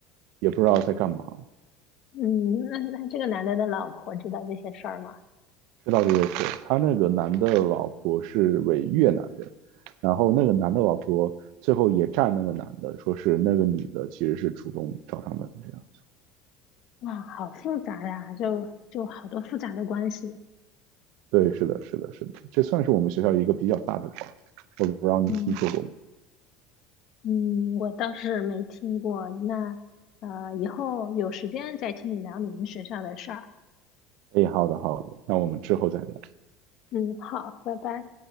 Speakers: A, on the right; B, on the left.
A: 也不知道在干嘛。
B: 嗯，那那这个男的的老婆知道这些事儿吗？
A: 这倒是也是，他那个男的老婆是伪越南人，然后那个男的老婆最后也站那个男的，说是那个女的其实是主动找上门这样。
B: 哇，好复杂呀，就就好多复杂的关系。
A: 对，是的，是的，是的，这算是我们学校一个比较大的瓜，我不知道你听说过吗？
B: 嗯嗯，我倒是没听过。那呃，以后有时间再听你聊你们学校的事儿。
A: 哎，好的，好的，那我们之后再聊。
B: 嗯，好，拜拜。